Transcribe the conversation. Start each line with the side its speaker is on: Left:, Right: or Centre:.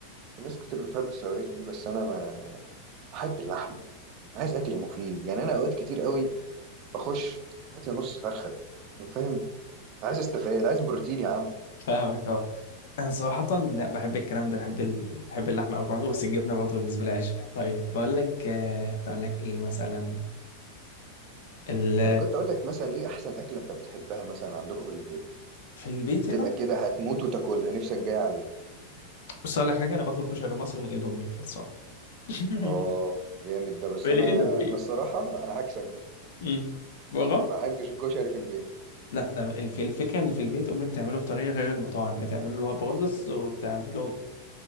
Right: في ناس كتير بتحب الصواريخ دي بس انا ما يعني بحب اللحمه انا عايز اكل مفيد يعني انا اوقات كتير قوي بخش هات لي نص فرخه فاهم عايز استفاد عايز بروتين يا عم
Left: فاهمك اه انا صراحة لا بحب الكلام ده بحب ال... بحب اللحمة أوي برضه بس الجبنة برضه بالنسبة لي عشق طيب بقول لك آه، بقول لك ايه مثلا ال...
Right: انا كنت اقول لك مثلا ايه احسن اكله انت بتحبها مثلا عندكم في البيت
Left: في البيت
Right: بتبقى
Left: هنا
Right: كده هتموت وتاكلها نفسك جاي عليك
Left: بص اقول لك حاجة انا باكل كشري مصري من ايد امي خلصان <laughs>
Right: اه جامد ده بس
Left: من
Right: انا
Left: ايده إيه؟
Right: انا الصراحه انا عكسك بقى
Left: امم بره
Right: ما احبش الكشري في البيت
Left: لا ده الف- الفكرة ان في البيت امي بتعمله بطريقة غير المطاعم بتعمله اللي هو برز وبتعمله